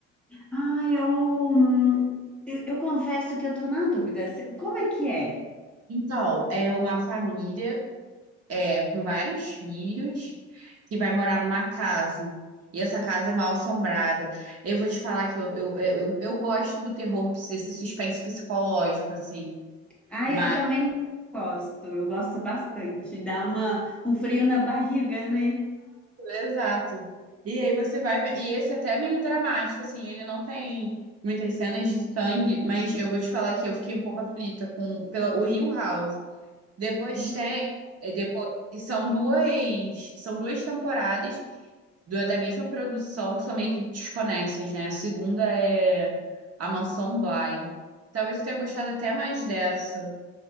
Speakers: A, in the centre; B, on the right.
A: Ah, eu, hum, eu, eu confesso que eu tô na dúvida. Cê- Como é que é?
B: Então, é uma família é, com vários filhos que vai morar numa casa. E essa casa é mal assombrada. Eu vou te falar que eu, eu, eu, eu gosto do terror, desse suspense psicológico, assim.
A: Ah,
B: Mas.
A: eu também gosto, eu gosto bastante. Dá uma, um frio na barriga, né?
B: Exato. E aí você vai ver. E esse até é meio dramático, assim, ele não tem muitas cenas de sangue, mas eu vou te falar que eu fiquei um pouco aflita com pela, o Hill House. Depois
A: Uhum.
B: tem, é, depois, são duas, são duas temporadas do- da mesma produção, que são meio que desconexas, né? A segunda é A Mansão Bly. Talvez eu tenha gostado até mais dessa,